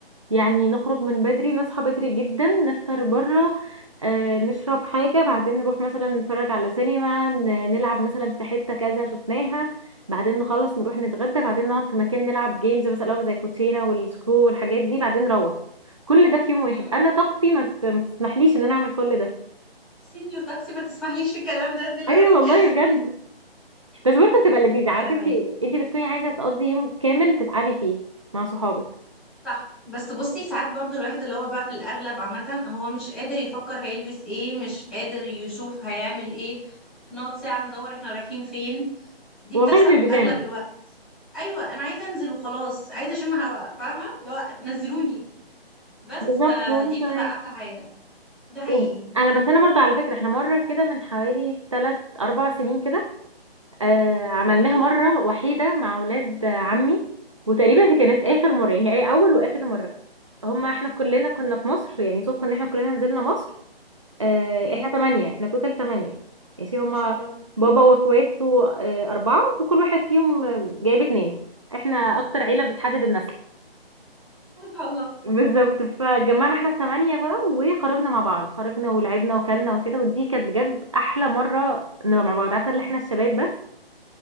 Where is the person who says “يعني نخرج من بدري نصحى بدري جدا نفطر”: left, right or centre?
Right